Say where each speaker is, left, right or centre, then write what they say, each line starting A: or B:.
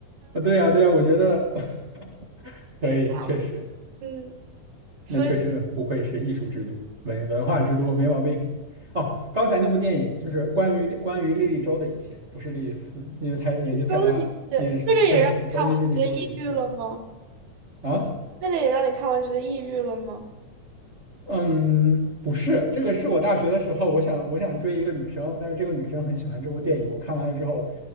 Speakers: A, on the right; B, on the right.
A: 啊，对呀对呀，我觉得 <laughs>
B: <laughs> 是这样的，
A: 可以，确实。
B: 嗯，所以
A: 那确实不愧是艺术之都，文文化之都，没毛病。哦，刚才那部电影就是关于关于莉莉周的一切，不是莉莉丝，因为太年纪太大了，
B: 说了一些，
A: 年纪太久了。
B: 那个也让你看完觉得抑郁了吗？
A: 关于莉莉周的一切啊，
B: 那个也让你看完觉得抑郁了吗？
A: 嗯，不是，这个是我大学的时候，我想我想追一个女生，但是这个女生很喜欢这部电影，我看完了之后，